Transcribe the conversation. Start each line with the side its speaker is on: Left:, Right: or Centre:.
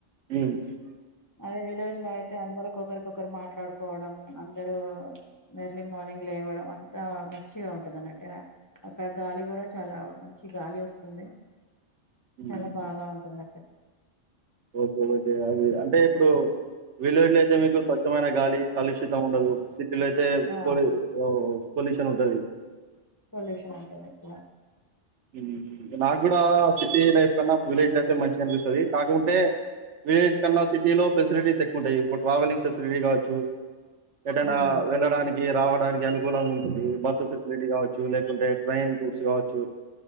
Right: హ్మ్.
Left: అదే విలజ్ లో అయితే అందరు కొకరికొకరు మాట్లాడుకోవడం అందరూ ఎర్లీ మార్నింగ్ లేవడం అంతా మంచిగా ఉంటుందిన్నట్టే అక్కడ గాలి గూడా చాలా మంచి గాలి వస్తుంది
Right: హ్మ్.
Left: చాలా బాగా ఉంటుంద
Right: ఓకే ఓకే అది అంటే ఇప్పుడు వీలేజ్ లో అయితే మీకు స్వచ్ఛమైన గాలి కలుషితం ఉండదు సిటీలయితే
Left: ఆ
Right: పొరు <unintelligible> పొల్యూషన్ ఉంటది
Left: పొల్యూషన్ ఉంటదిక్కడ
Right: మ్ మ్ నా <unintelligible> కూడా సిటీ లైఫ్ కన్నా విలేజ్ లైఫ్ మంచి అనిపిస్తుంది కాకుంటే విలేజ్ కన్నా సిటీలో ఫెసిలిటీస్ ఎక్కువ ఉంటాయి ఇప్పుడు ట్రావెలింగ్ ఫెసిలిటీ కావచ్చు ఎదైనా
Left: ఉమ్
Right: వెళ్ళడానికి రావడానికి అను రంగా ఉంటుంది బస్సు ఫెసిలిటీ కావచ్చు లేకుంటే ట్రైన్స్ కావచ్చు